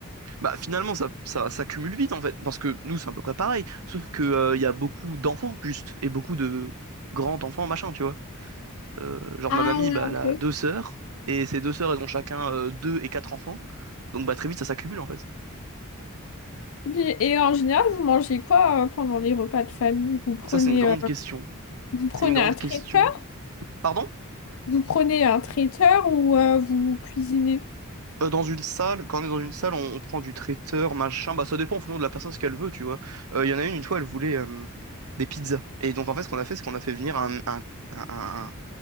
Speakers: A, on the right; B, on the left.
A: Bah finalement ça ça ça cumule vite en fait parce que nous c'est à peu près pareil sauf que euh, il y a beaucoup d'enfants juste et beaucoup de grands enfants machin tu vois Euh, genre
B: Ah
A: ma mamie
B: ouais,
A: bah
B: ok.
A: elle a deux sœurs et ces deux sœurs elles ont chacun euh, deux et quatre enfants donc bah très vite ça s'accumule en fait
B: Ok, Et en général, vous mangez quoi euh, pendant les repas de famille? Vous prenez,
A: Donc ça c'est une grande
B: euh,
A: question
B: vous prenez
A: c'est une grande
B: un traiteur?
A: question pardon
B: Vous prenez un traiteur ou euh, vous cuisinez?
A: Euh, dans une salle quand on est dans une salle on, on prend du traiteur machin bah ça dépend en fonction de la personne ce qu'elle veut tu vois Euh, il y en a une une fois elle voulait euh, des pizzas et donc en fait ce qu'on a fait c'est qu'on a fait venir un, un, un